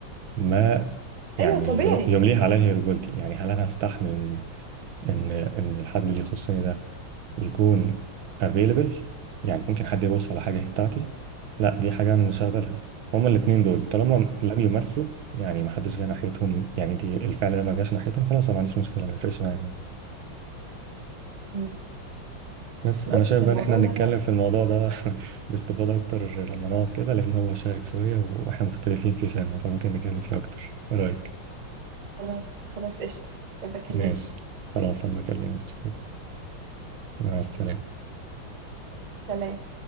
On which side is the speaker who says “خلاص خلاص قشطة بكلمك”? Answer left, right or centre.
Right